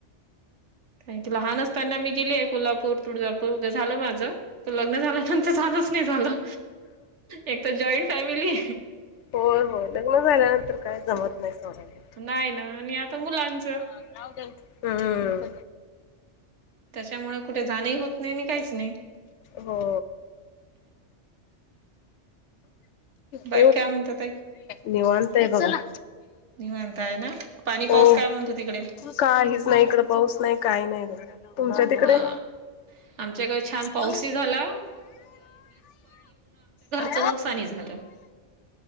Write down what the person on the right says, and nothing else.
काय लहान असताना मी गेलीय कोल्हापूर, तुळजापूर होऊ दे झालं माझ त लग्न झाल्यानंतर झालच नाही झालं एक तर जॉईन फॅमिली.
नाही ना आणि आता मुलांच
त्याच्यामुळं कुठे जाणंही होत नाही आणि काहीच नाही.
बाई
काय म्हणतात?
निवांत आहे ना? पाणी
पाऊस काय म्हणतो तिकडे?
हा. आमच्याकडे छान पाऊसही
झाला
च नुकसान ही झालं,